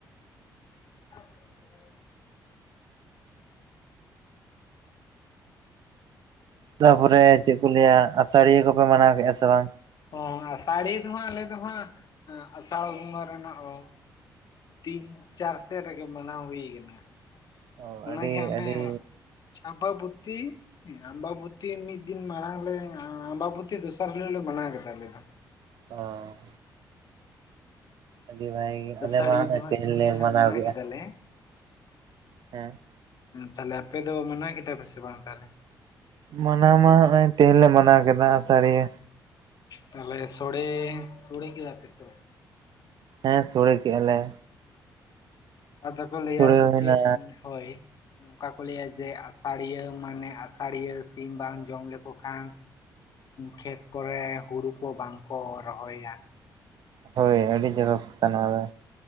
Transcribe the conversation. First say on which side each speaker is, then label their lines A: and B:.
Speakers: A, on the left; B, on the right.
A: <inaudible>
B: ᱛᱟᱯᱚᱨᱮ ᱪᱮᱜ ᱠᱚ ᱞᱟᱹᱭᱟ ᱟᱥᱟᱲᱤᱭᱟᱹ ᱠᱚᱯᱮ ᱢᱟᱱᱟᱣ ᱠᱮᱜᱼᱟ ᱥᱮ ᱵᱟᱝ?
A: ᱦᱚᱸ ᱟᱥᱟᱲᱤ ᱫᱚ ᱦᱟᱸᱜ ᱟᱞᱮ ᱫᱚ ᱦᱟᱸᱜ ᱟᱥᱟᱲ ᱵᱚᱸᱜᱟ ᱨᱮᱱᱟᱜ ᱚᱸ ᱛᱤᱱ ᱪᱟᱨ ᱥᱮᱜ ᱨᱮᱜᱮ ᱢᱟᱱᱟᱣ ᱦᱩᱭ ᱠᱟᱱᱟ᱾
B: ᱚ
A: ᱚᱱᱟᱜᱮ
B: ᱟᱹᱰᱤ
A: ᱦᱚᱴᱟᱸᱜ
B: ᱟᱹᱰᱤ
A: ᱚᱱᱮ ᱟᱢᱵᱟᱵᱚᱛᱤ ᱟᱢᱵᱟᱵᱩᱛᱤ ᱢᱤᱫ ᱫᱤᱱ ᱢᱟᱲᱟᱝ ᱞᱮ ᱟᱢᱵᱟᱵᱩᱛᱤ ᱫᱚᱥᱟᱨ ᱦᱤᱞᱟᱹᱜ ᱞᱮ ᱢᱟᱱᱟᱣ ᱠᱮᱫᱟ ᱟᱞᱮ ᱫᱚ᱾
B: ᱚ ᱟᱹᱰᱤ ᱵᱷᱟᱜᱮ ᱜᱮ ᱟᱞᱮ
A: ᱟᱥᱟᱲᱤᱭᱟᱹ
B: ᱢᱟ ᱦᱚᱸᱜᱼᱚᱭ
A: ᱫᱚ ᱦᱟᱸᱜ
B: ᱛᱮᱦᱮᱧ
A: ᱩᱱ
B: ᱞᱮ
A: ᱞᱮᱦᱟᱸᱜ ᱦᱟᱸᱜ ᱢᱟᱱᱟᱣ
B: ᱠᱮᱫᱼᱟ
A: ᱠᱮᱫᱟᱞᱮ
B: ᱦᱮᱸ
A: ᱛᱟᱦᱚᱞᱮ ᱟᱯᱮ ᱫᱚ ᱢᱟᱱᱟᱣ ᱠᱮᱫᱟ ᱯᱮᱥᱮ ᱵᱟᱝ ᱛᱟᱦᱚᱞᱮ?
B: ᱢᱟᱱᱟᱣ ᱢᱟ ᱱᱚᱜ ᱚᱭ ᱛᱮᱦᱮᱧ ᱞᱮ ᱢᱟᱱᱟᱣ ᱠᱮᱫᱟ ᱟᱥᱟᱲᱤᱭᱟᱹ᱾
A: ᱛᱟᱦᱚᱞᱮ ᱥᱳᱲᱮ ᱥᱳᱲᱮ ᱠᱮᱫᱟᱯᱮ ᱛᱚ?
B: ᱦᱮᱸ ᱥᱳᱲᱮ ᱠᱮᱜ ᱟᱞᱮ
A: ᱟᱫᱚ ᱠᱚ ᱞᱟᱹᱭᱟ
B: ᱥᱳᱲᱮ
A: ᱥᱮ
B: ᱦᱩᱭᱱᱟ
A: ᱪᱮᱫ ᱦᱳᱭᱼᱼ ᱱᱚᱝᱠᱟ ᱠᱚ ᱞᱟᱹᱭᱟ ᱡᱮ ᱟᱥᱟᱲᱤᱭᱟᱹ ᱢᱟᱱᱮ ᱟᱥᱟᱲᱤᱭᱟᱹ ᱥᱤᱢ ᱵᱟᱝ ᱡᱚᱢ ᱞᱮᱠᱚ ᱠᱷᱟᱱᱼᱼ ᱠᱷᱮᱛ ᱠᱚᱨᱮ ᱦᱩᱲᱩ ᱠᱚ ᱵᱟᱝ ᱠᱚ ᱨᱚᱦᱚᱭᱟ᱾
B: ᱦᱳᱭ ᱟᱹᱰᱤ ᱪᱚᱨᱚᱠ ᱠᱟᱛᱷᱟ ᱱᱚᱣᱟ ᱫᱚ